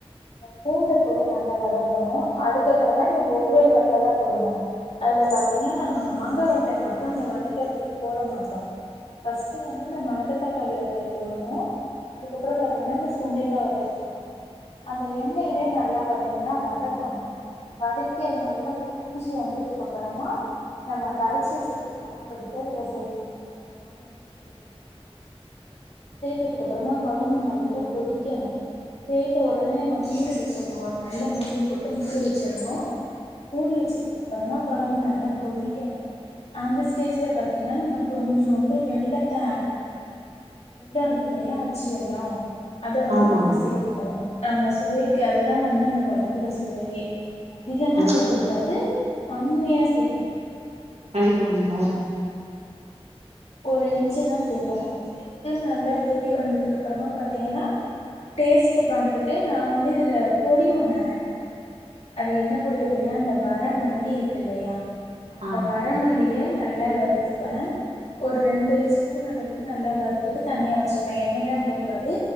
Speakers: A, on the left; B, on the right.
A: பூண்டு போட்டு நல்லா வதக்கணும் அதுக்கப்புறமா இந்த ஒவ்வொரு வத்தலா போடணும் அதுல பா்த்தீங்கன்னா நாங்க மாங்கா வத்தல் மட்டும் அந்தவதக் வக்கறதுக்கு போட மாட்டோம் ஃபர்ஸ்ட் வந்து அந்த மணத்த தக்காளி வத்தல் போடணும் அதுக்கப்புறம் பா்த்தீங்கன்னா இந்த சுண்டைக்காய் வத்தல் போடணும் அந்த எண்ணெயிலே நல்லா பா்த்தீங்கன்னா வதக்கணும் வதக்கி அது நல்லா பு ரிஞ்சு வந்ததுக்கு அப்புறமா நம்ம கரைச்சி வச்சிருக்க குழம்பு எடுத்து இதுல சேர்க்கணும் அந்த வானல்ல சேர்க்கணும் சேத்ததுக்கு அப்புறமா குழம்பு நல்லா கொதிக்கணும் சேத்த உடனே நம்ம மூடி வச்சிரணும் ஒரு நல்ல மூடி போட்டு மூடி வச்சிடணும் மூடி வச்சதுக்கு அப்புறமா குழம்பு நல்லா கொதிக்கணும் அந்த ஸ்டேஜ்ல பத் பா்த்தீங்கன்னா நம்ம கொஞ்சோண்டு வெல்லத்த ஆட் பண்ணணும் வெல்லம் இருக்கு இல்லையா அச்சு வெல்லம் அத வந்து
B: ஆமா
A: நம்ம சேர்த்துக்கணும் நம்ம சுவைக்கு அதுதான் வந்து அந்த குழம்புல சுவையே அதிகமாக
B: அதாவது
A: சேர்க்கக்கூடாது கம்மியாக சேர்க்கணும்
B: அள்ளி போடணுமா
A: ஒரு இன்ச்சு தான் சேர்க்கணும் சேர்த்து நல்லா கொதி வந்ததுக்கு அப்புறமா பாத்தீங்கன்னா டேஸ்ட் பார்த்துட்டு நான் வந்து இதுல பொடி ஒண்ணு ஆட் பண்ணுவேன் அது என்ன பொடி அப்படின்னா அந்த வர மல்லி இருக்கு இல்லையா அந்த
B: ஆமா
A: வரமலியே நல்லா வருத்து ஒரு ரெண்டுஸ்பூன் அளவுக்கு நல்லா வறுத்துட்டு தனியா வச்சுப்பேன் எண்ணெயிலே விடக்கூடாது